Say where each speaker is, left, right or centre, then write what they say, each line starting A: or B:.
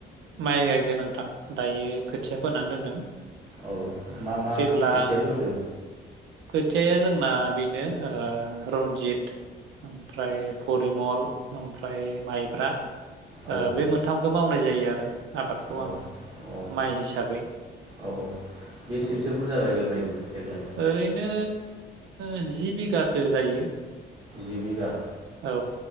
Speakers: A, on the right (about 80°); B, on the right (about 30°).
A: माइ गायगोन नोंथां दायो खोथिया फोनानै दोनदों।
B: औ
A: ओ
B: मा मा
A: जेब्ला
B: खोथिया फोखो?
A: खोथ थियाया जोंना बेनो ओ रन्जित ओमफ्राय परिमल ओमफ्राय माइब्रा
B: औ
A: ओ बे मोनथामखौ मावनाय जायो आर रो आबादखौ
B: औ
A: आङो
B: औ
A: माइ हिसाबै
B: औ बेसेसो
A: औ
B: बुरजा गायगोन बायदि देग्लाय?
A: ओरैनो ओ जि बिघासो जायो
B: जि बिघा
A: औ